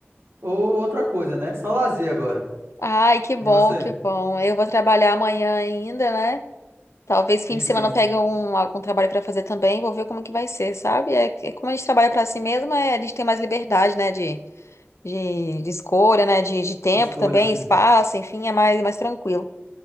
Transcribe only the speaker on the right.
ou outra coisa, né? Só lazer agora.
E você?
Sim,
sim.
Escolha,
assim.